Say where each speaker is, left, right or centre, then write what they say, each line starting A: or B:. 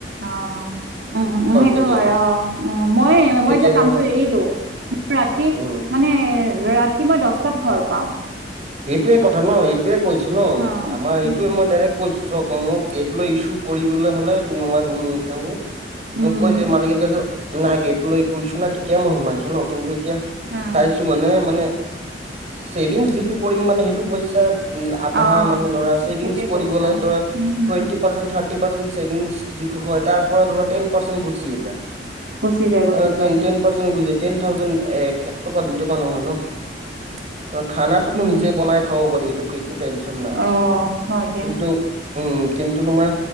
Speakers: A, on the right; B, on the right.
A: অ' উম, উম, উম, সেইটোও
B: কেতিয়াবা
A: হয়, অ' উম মই-মই
B: কেতিয়াবা
A: যে কামটো এৰিলো, ৰাতি
B: উম।
A: মানে, ৰাতি মই দহটাত ঘৰ পাও
B: সেইটোয়ে কথা ন, এইটোয়ে কৈছো ন,
A: অ
B: আমাৰ এইটোয়ে
A: উম
B: মই ডাইৰেক্ট কৈছো চওক মোক গেট লৈ ইচ্যু কৰিবলৈ হ'লে মই ৰুম নাথাকো মোক
A: উম
B: কৈ যে মালিকে কয় নাই গেটলৈ কৈছো নাই তেতিয়া মই সোমাইছো ন কিন্তু এতিয়া
A: উম
B: চাইছো মানে-মানে চেভিং সেই কৰিম মানে সেইটো পইচাত উম আধা
A: অ
B: মানে ধৰা চছেভিং
A: ঠিকে
B: কৰিবলে
A: কৈছা
B: ত
A: উম উম
B: twenty
A: উম
B: percent thirty percent savings যিটো হয় তাৰ পৰা ধৰা টেন পাৰ্ছেণ্ট গুছি এ যাই
A: গুচি যায় গুচি
B: অ
A: যায়
B: টেন পাৰ্ছেণ্ট গুছি--টেন থাউজেণ্ড এক এক টকা দুই টকা নহয় ন খাত নিজে
A: উম
B: বনাই খাব পাৰি এইটো একো টেনচন নাই
A: অ হয় দিয়া
B: কিন্তু উম কিন্তু তোমাৰ